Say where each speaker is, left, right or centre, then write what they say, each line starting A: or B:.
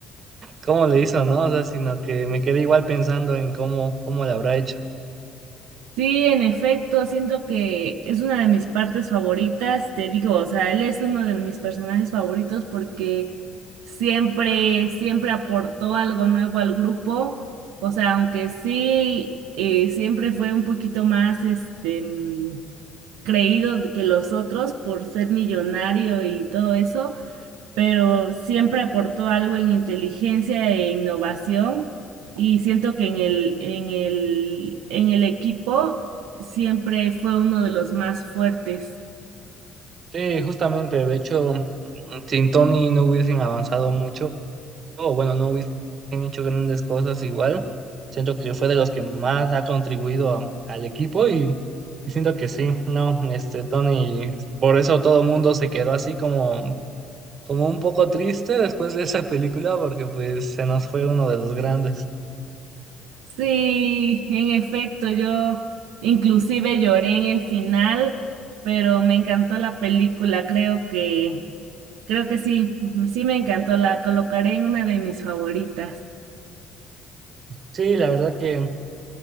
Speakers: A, on the right; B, on the right.
A: ¿cómo le hizo, no? O sea, sino que me quedé igual pensando en cómo, cómo le habrá hecho.
B: Sí, en efecto, siento que es una de mis partes favoritas, te digo, o sea, él es uno de mis personajes favoritos porque siempre, siempre aportó algo nuevo al grupo, o sea, aunque sí, eh, siempre fue un poquito más, este, mm, creído que los otros por ser millonario y todo eso, pero siempre aportó algo en inteligencia e innovación y siento que en el, en el, en el equipo siempre fue uno de los más fuertes.
A: Sí, justamente, de hecho, sin Tony no hubiesen avanzado mucho, o bueno, no hubiesen hecho grandes cosas igual. Siento que fue de los que más ha contribuido a- al equipo y, y siento que sí, no, este Tony, por eso todo el mundo se quedó así como, como un poco triste después de esa película, porque pues se nos fue uno de los grandes.
B: Sí, en efecto, yo inclusive lloré en el final, pero me encantó la película, creo que, creo que sí, sí me encantó, la colocaré en una de mis favoritas.
A: Sí, la verdad que